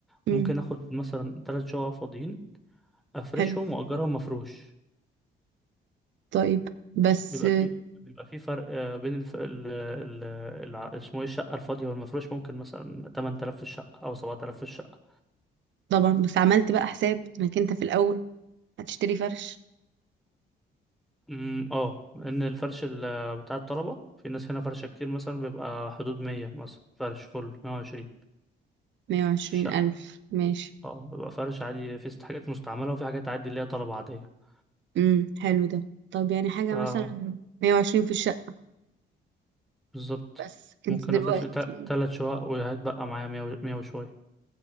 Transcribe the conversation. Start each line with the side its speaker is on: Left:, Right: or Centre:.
Right: امم
Centre: ممكن اخد مثلا تلات شقق فاضيين افرشهم
Right: حلو
Centre: واجرهم مفروش
Right: طيب بس
Centre: بيبقى في بيبقى في فرق آه، بين الف... ال... ال... الع- اسمه ايه الشقة الفاضية والمفروش ممكن مثلا 8000 في الشقة أو 7000 في الشقة
Right: طبعا بس عملت بقى حساب انك انت في الأول هتشتري فرش
Centre: امم اه لأن الفرش ال... بتاع الطلبة في ناس هنا فرشة كتير مثلا بيبقى حدود 100 مثلا فرش كله 120
Right: 120
Centre: الشقة
Right: ألف ماشي
Centre: اه بيبقى فرش عادي في ست حاجات مستعملة وفي حاجات عادي اللي هي طلبة عادية
Right: امم حلو ده طب يعني حاجة
Centre: اه
Right: مثلا 120 في الشقة
Centre: بالظبط
Right: بس
Centre: ممكن
Right: انت دلوقتي
Centre: أفرش لي تا- تلات شقق وهتبقى معايا 100 و... 100 وشوية